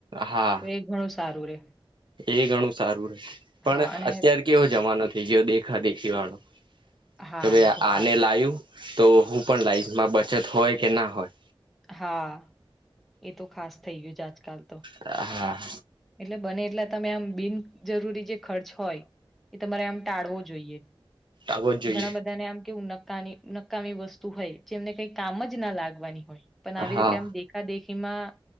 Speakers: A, on the right; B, in the centre.
A: હા
B: તો એ ઘણું સારું રે.
A: એ ઘણું સારું રહે,
B: હા
A: પણ
B: અને
A: અત્યાર કેવો જમાનો થઈ ગયો કે, દેખા દેખી વાળો.
B: હા
A: કે, ભાઈ,
B: એ તો
A: આને
B: ખા
A: લાવું તો હું પણ લાવીશ, બચત હોય કે ના હોય.
B: હા, એ તો ખાસ થઈ ગયું આજકાલ. તો.
A: હા.
B: એટલે બને એટલા, તમે આમ બિનજરૂરી જે ખર્ચ હોય, એ તમારે આમ ટાળવો જોઈએ.
A: આવો જ જોઈએ
B: ઘણા બધાને આમ કે નકામી વસ્તુ હોય, જેમને કંઈ કામ જ ના લાગવાની હોય. પણ આવી
A: હા
B: રીતે આમ દેખાદેખી માં